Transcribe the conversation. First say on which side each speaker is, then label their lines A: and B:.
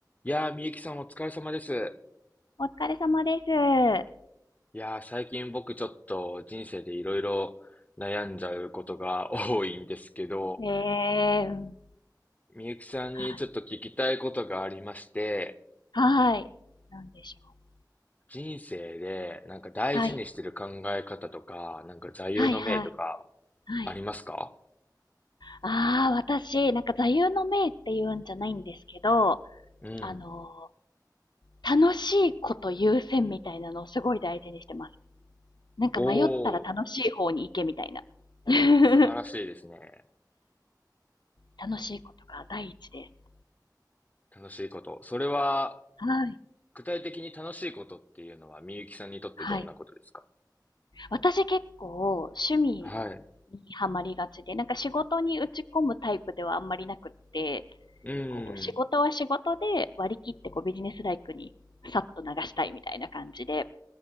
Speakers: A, on the left; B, on the left.
A: いやー、みゆきさんお疲れ様です。
B: お疲れ様です。え
A: いやー、最近僕ちょっと人生でいろいろ悩んじゃうことが多いんですけど、
B: ーうん。
A: みゆきさんにちょっと聞きたいことがありまして、
B: はい。はい。なんでしょう。
A: 人生でなんか大事にしてる考え方とか、
B: はい。
A: なんか座右の銘とか
B: はいはい。はい。
A: ありますか
B: ああ、私、なんか座右の銘って言うんじゃないんですけど、
A: うん。
B: あのー、楽しいこと優先みたいなのをすごい大事にしてます。なんか迷ったら楽しい方に行けみたいな。
A: おー、
B: <laughs>
A: 素晴らしいですね。
B: 楽しいことが第一です。
A: 楽しいこと。それは、
B: はい。
A: 具体的に楽しいことっていうのはみゆきさんにとってどんなことですか
B: はい。私結構趣味
A: はい。
B: にハマりがちで、なんか仕事に打ち込むタイプではあんまりなくって、
A: うん。
B: こう仕事は仕事で割り切ってこうビジネスライクにさっと流したいみたいな感じで、